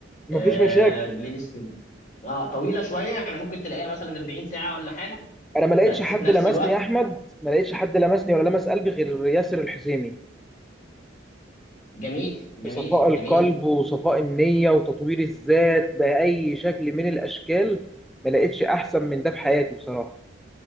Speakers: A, in the centre; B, on the left.
A: مفيش
B: آه،
A: مشاكل
B: بلاي ليست اه طويله شويه يعني ممكن تلاقيها مثلا 40 ساعه ولا حاجه
A: انا ما لقيتش
B: بس
A: حد
B: في نفس
A: لمسني
B: الوقت
A: يا احمد ما لقيتش حد لمسني ولا لمس قلبي غير ياسر الحسيمي
B: جميل جميل
A: صفاء القلب
B: جميل
A: وصفاء النية وتطوير الذات بأي شكل من الأشكال ما لقيتش أحسن من ده في حياتي بصراحة